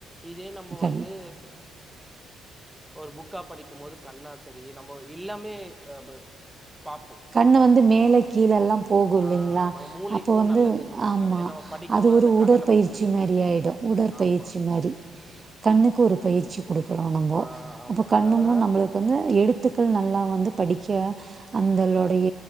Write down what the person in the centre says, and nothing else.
இதே நம்போ
வந்து ஒரு புக்கா படிக்கும்போது கண்ணா சரி நம்ம எல்லாமே ப ப பாப்போ
ஆஹ் நம்ம மூளைக்கும்
நல்லதுன்னுவாங்க
அதே நம்ம படிக்கும்
போது
அந்த
கதை நமக்குள்ளே ஏறும்
ஆமாம்
ஆ ஆமா
அதனாலதா